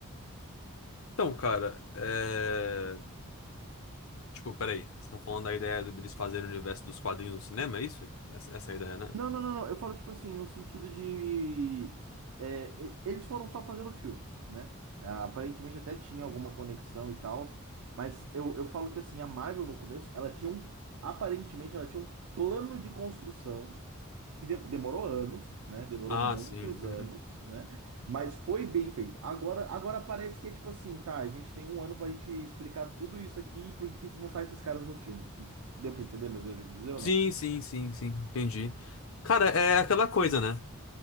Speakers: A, on the left (about 70°); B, on the right (about 85°).
A: Então, cara, é... Tipo, peraí, você tá falando da ideia deles fazerem o universo dos quadrinhos no cinema, é isso? Essa, essa é a ideia, né?
B: Não, não, não, não. Eu falo, tipo assim, no sentido de. é, e- eles foram só fazendo filmes, né? Ah, Aparentemente até tinha alguma conexão e tal. Mas eu, eu falo que assim, a Marvel no começo, ela tinha um. Aparentemente ela tinha um plano de construção que de- demorou anos, né? Demorou
A: Ah,
B: muitos
A: sim.
B: anos,
A: uhum.
B: né? Mas foi bem feito. Agora, agora parece que é tipo assim, tá? A gente tem um ano pra gente explicar tudo isso aqui e por que que vão estar esses caras no filme. Deu pra entender mais ou menos o que eu quis dizer ou
A: Sim,
B: não?
A: sim, sim, sim, entendi. Cara, é aquela coisa, né?